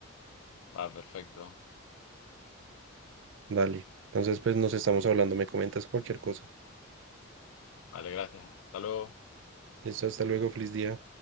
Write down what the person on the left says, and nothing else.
va, perfecto.
Vale, gracias. Hasta luego.